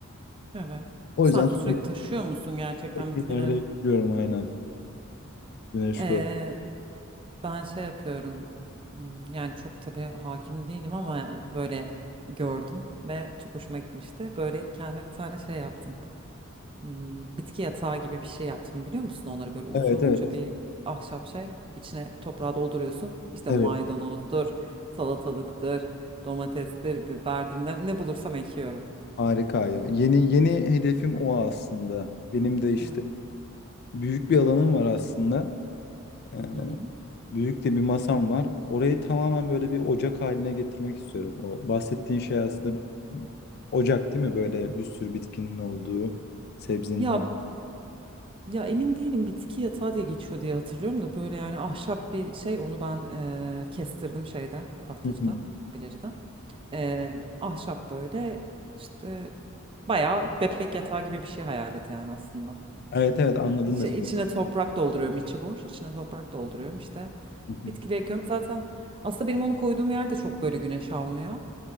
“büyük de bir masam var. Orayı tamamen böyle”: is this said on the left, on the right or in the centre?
Left